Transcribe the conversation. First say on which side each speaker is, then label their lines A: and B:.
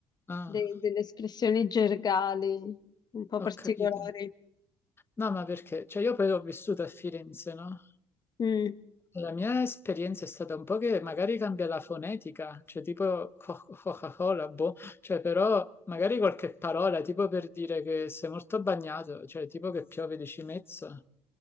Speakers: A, on the left (about 20°); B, on the left (about 40°).
A: Ah,
B: de- delle espressioni gergali un po'
A: ho
B: particolari.
A: capito. No, ma perché? Cioè, io poi ho vissuto a Firenze, no?
B: Mm,
A: La mia esperienza è stata un po' che magari cambia la fonetica, cioè tipo co- Coca-Cola, boh, cioè però magari qualche parola, tipo per dire che sei molto bagnato, cioè tipo che piove di cimezzo,